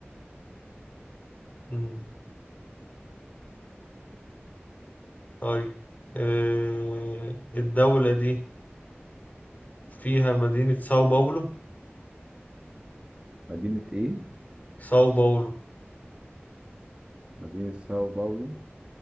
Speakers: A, on the left; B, on the right.
A: مم. طيب آه... الدولة دي فيها مدينة ساو باولو
B: مدينه ايه
A: ساو باولو
B: مدينه ساو باولو